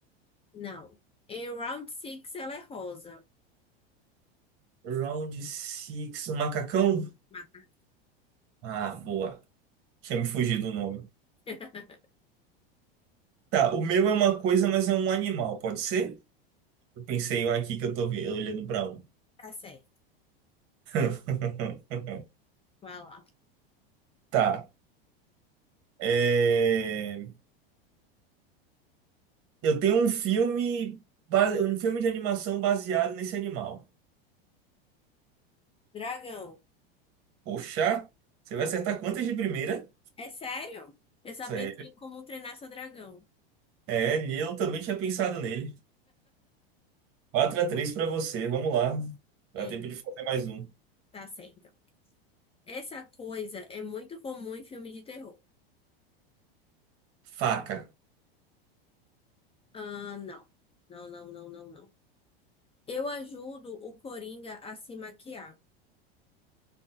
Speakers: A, on the left; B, on the right.
A: Não. Em Round Six ela é rosa.
B: Round six um macacão?
A: Mas-
B: Ah, boa. Tinha me fugido o nome.
A: <laughs>
B: Tá, o meu é uma coisa, mas é um animal, pode ser? Eu pensei um aqui que eu tô ve- olhando pra um.
A: Tá certo.
B: <laughs>
A: Vai lá.
B: Tá. é, Eu tenho um filme, base- um filme de animação baseado nesse animal.
A: Dragão.
B: Poxa, você vai acertar quantas de primeira?
A: É sério? Eu só
B: Sério.
A: pensei em como treinar seu dragão.
B: É, e eu também tinha pensado nele. Quatro a três pra você, vamos lá. Dá
A: É,
B: tempo de fazer mais um.
A: tá certo. Essa coisa é muito comum em filme de terror.
B: Faca,
A: Ah, não. Não, não, não, não, não. Eu ajudo o Coringa a se maquiar.